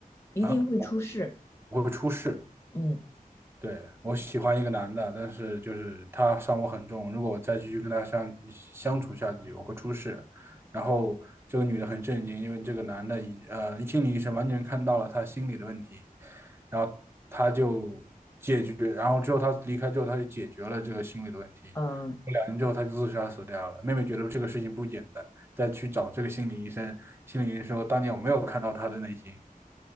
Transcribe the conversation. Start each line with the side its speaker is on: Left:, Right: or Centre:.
Left: 一定会出事。
Right: 害啊，我我会出事。
Left: 嗯
Right: 对，我喜欢一个男的，但是就是他伤我很重，如果我再继续跟他相相处下去，我会出事。然后这个女的很震惊，因为这个男的已呃心理医生完全看到了他心理的问题，然后他就解决，然后之后他离开之后，他就解决了这个心理的问题。
Left: 嗯，
Right: 过两年之后，他就自杀死掉了。妹妹觉得这个事情不简单，再去找这个心理医生，心理医生说当年我没有看到他的内心。